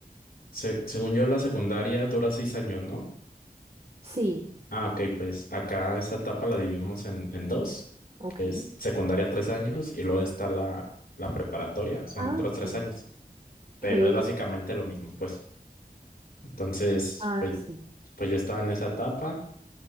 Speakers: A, on the left; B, on the right.
A: se- según yo, la secundaria dura seis años, ¿no?
B: Sí,
A: Ah, ok, pues acá esa etapa la dividimos en, en dos,
B: ok.
A: que es secundaria tres años y luego está la, la preparatoria, son
B: Ah,
A: otros
B: ok.
A: tres años. pero
B: Qué bien.
A: es básicamente lo mismo, pues. Entonces,
B: Ah,
A: pues,
B: sí.
A: pues yo estaba en esa etapa